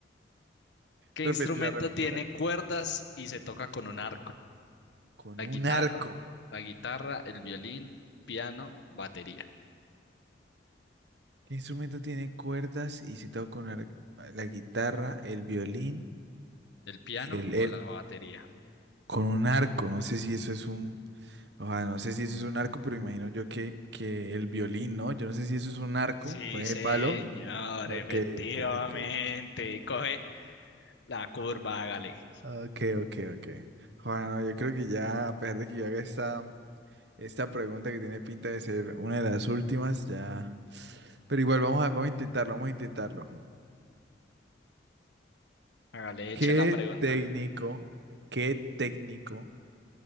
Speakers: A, on the left; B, on the right.
A: ¿Qué
B: Repetila,
A: instrumento
B: repetila.
A: tiene cuerdas y se toca con un arco?
B: Con
A: La
B: un
A: guitarra,
B: arco.
A: la guitarra, el violín, piano, batería.
B: ¿Qué instrumento tiene cuerdas y se toca con ar- la guitarra, el violín,
A: ¿El piano
B: el,
A: o
B: el-
A: la batería?
B: con un arco? No sé si eso es un, ojalá, no sé si eso es un arco, pero imagino yo que, que el violín, ¿no? Yo no sé si eso es un arco
A: Sí,
B: con el
A: señor,
B: palo. Ok,
A: efectivamente.
B: ok, ok.
A: Coge la curva, hágale.
B: Ok, ok, ok. Bueno, yo creo que ya, a pesar de que yo haga esta, esta pregunta que tiene pinta de ser una de las últimas, ya. Pero igual vamos a, vamos a intentarlo, vamos a intentarlo.
A: Hágale, eche
B: ¿Qué
A: la pregunta.
B: técnico, qué técnico